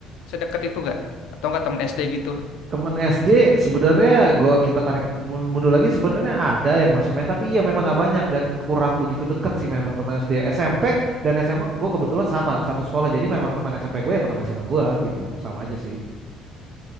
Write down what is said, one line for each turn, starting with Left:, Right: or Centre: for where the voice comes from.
Left: sedekat itu gak? Atau enggak teman SD gitu?
Right: Temen SD sebenarnya gua kita tarik mun- mundur lagi sebenarnya ada yang masih main tapi iya memang nggak banyak dan kurang begitu deket sih memang teman SD SMP dan SMA gue kebetulan sama satu sekolah jadi memang teman SMP gue ya teman SMA gue gitu sama aja sih